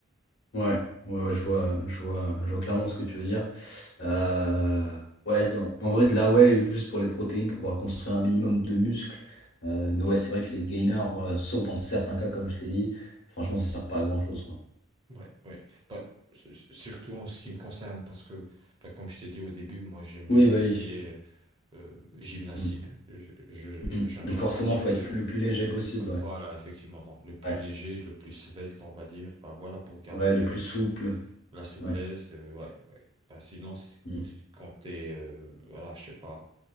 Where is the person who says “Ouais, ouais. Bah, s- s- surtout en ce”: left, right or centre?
Right